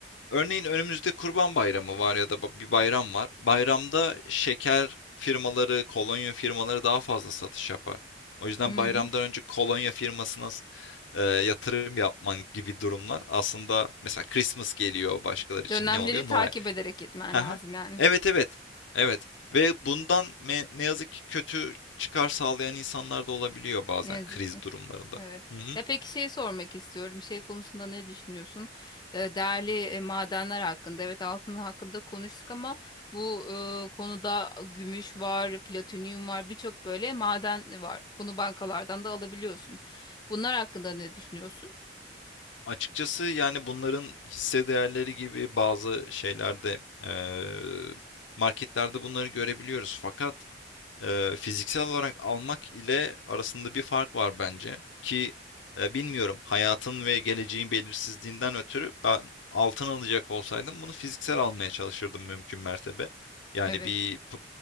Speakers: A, on the left; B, on the left.
A: Örneğin önümüzde Kurban Bayramı var ya da ba- bir bayram var. Bayramda şeker firmaları, kolonya firmaları daha fazla satış yapar. O yüzden
B: Hı
A: bayramdan
B: hı.
A: önce kolonya firmasına s- e, yatırım yapman gibi durumlar aslında mesela Christmas geliyor başkaları için
B: Dönemleri
A: ne oluyor?
B: takip
A: Noel.
B: ederek gitmen
A: Hı hı.
B: lazım yani.
A: Evet, evet. Evet ve bundan me ne yazık ki kötü çıkar sağlayan insanlar da olabiliyor bazen
B: Ne yazık
A: kriz
B: ki.
A: durumlarında.
B: Evet.
A: Hı hı.
B: Ya peki şey sormak istiyorum. Şey konusunda ne düşünüyorsun? E, Değerli e, madenler hakkında. Evet altın hakkında konuştuk ama bu e, konuda gümüş var, platinyum var, birçok böyle maden var. Bunu bankalardan da alabiliyorsun. Bunlar hakkında ne düşünüyorsun?
A: Açıkçası, yani, bunların hisse değerleri gibi bazı şeylerde, eee, marketlerde bunları görebiliyoruz fakat e, fiziksel olarak almak ile arasında bir fark var bence. Ki e, bilmiyorum hayatın ve geleceğin belirsizliğinden ötürü ben altın alacak olsaydım bunu fiziksel almaya çalışırdım mümkün mertebe. Yani
B: Evet.
A: bir p-